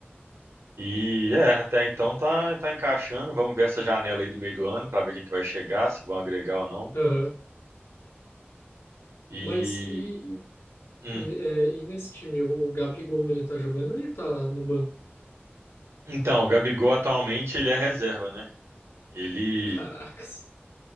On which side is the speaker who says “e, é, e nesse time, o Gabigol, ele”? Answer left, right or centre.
Left